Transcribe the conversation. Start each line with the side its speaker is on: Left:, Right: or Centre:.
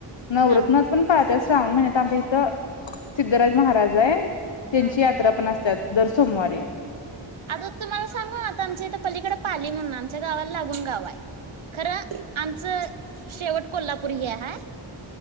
Left: नवरत्नात
Right: हा
Left: पण पाळतात श्रावण महिन्यात आमच्या इथं सिद्धराज महाराज जाय त्यांची
Right: हा
Left: यात्रा पण असतात दर सोमवारीे
Right: आता तुम्हाला सांगू आता आमच्या इथं पलीकड पाली म्हणून आमच्या गावाला लागून गाव आहे खरं आमचं शेवट कोल्हापूर हे हा